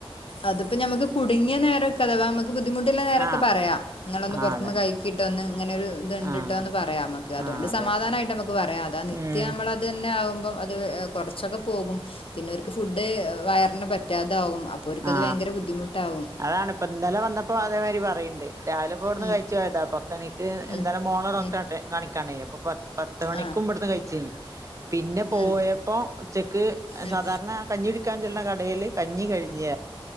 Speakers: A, on the left (about 70°); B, on the right (about 35°).
A: അതിപ്പോ ഞമ്മക്ക് കുടുങ്ങിയ നേരമൊക്കെ അഥവാ അങ്ങ് ബുദ്ധിമുട്ടുള്ള നേരൊക്കെ
B: ആഹ്
A: പറയാ ഇങ്ങളൊന്ന്
B: ആഹ്
A: പൊറത്തുന്ന്
B: അതന്നെ
A: കഴിക്ക്‌ ട്ടോ ന്ന് ഇങ്ങനെ ഒരു ഇത് ഇണ്ട്ട്ടോന്ന്
B: ആഹ്
A: പറയാ അമ്ക്ക് അതോണ്ട്
B: ആഹ് അതെ
A: സമാധാനായിട്ട് നമുക്ക് പറയാ അതാന്ന് നിത്യാ
B: ഉം
A: ആവുമ്പോൾ അത് തന്നെ ആവുമ്പോ അത് കൊർച്ചൊക്കെ പോകും പിന്നെ ഓര്ക്ക് ഫുഡ് വയറിന് പറ്റാതാവും അപ്പൊ ഓർക്കത്
B: ആ
A: ഭയങ്കര ബുദ്ധിമുട്ടാവും
B: അതാണ് ഇപ്പം ഇന്നലെ വന്നപ്പോ അതേമാതിരി പറയ് രാവിലെപ്പോ ഇവിടുന്ന്
A: ഉം
B: കഴിച്ചു പോയതാ പത്തണിക്ക് ഇന്നലെ
A: ഉം
B: മോളെ ഡോക്ടറെ
A: ഉം
B: ആട്ടെ കാണിക്കാൻ ണ്ടെനു ഇപ്പൊ പത്ത് മണിക്കുമ്പ്ടുന്ന്
A: ആ
B: കയിച്ച് പിന്നെ പോയപ്പോ
A: ഉം
B: ഉച്ചക്ക്
A: ഉം
B: സാധാരണ കഞ്ഞി കുടിക്കാൻ ചെല്ല്ന്ന കടേല് കഞ്ഞി കഴി ഞ്ഞ